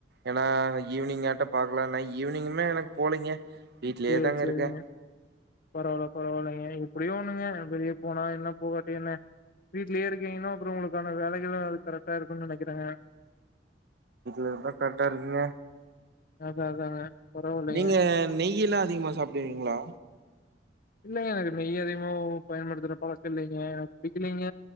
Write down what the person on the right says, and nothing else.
ஏன்னா ஈவினிங் ஆட்ட பாக்கலான்னா ஈவினிங்குமே எனக்கு போலீங்க வீட்லயே
தாங்க
இருக்கே
இதுலதா கரெக்டார்க்கீங்க
நீங்க நெய்யீலா அதிகமா சாப்டுவீங்களா